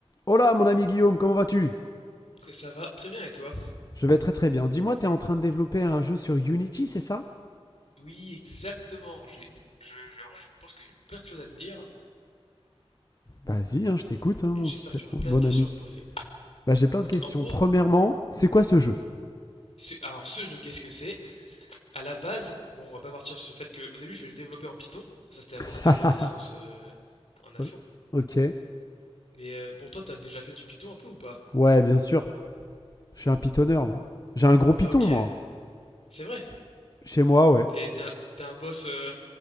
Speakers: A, on the left; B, on the left.
A: Hola mon ami Guillaume, comment vas-tu
B: Que ça va très bien et toi?
A: Je vais très très bien. Dis-moi, t'es en train de développer un jeu sur Unity, c'est ça
B: Oui, exactement. J'ai, je, je, en vrai, je pense que j'ai plein de choses à te dire.
A: Vas-y, hein, je t'écoute, hein, mon
B: J'espère
A: petit
B: que tu auras
A: mon
B: plein
A: bon
B: de questions
A: ami.
B: à me poser.
A: Bah j'ai plein de questions.
B: En gros,
A: Premièrement, c'est quoi ce jeu
B: c'est, alors ce jeu, qu'est-ce que c'est? À la base, bon, on va pas partir sur le fait que au début, je vais le développer en Python. Ça, c'était avant
A: <laughs>
B: d'intégrer la licence euh, en info.
A: O- Ok.
B: Mais euh, bon, toi, t'as déjà fait du Python un peu ou pas?
A: Ouais, bien sûr. Je suis un pitonneur, moi. J'ai un gros piton,
B: Ah, ok,
A: moi.
B: c'est vrai.
A: Chez moi, ouais.
B: T'es, t'es un, t'es un boss. euh,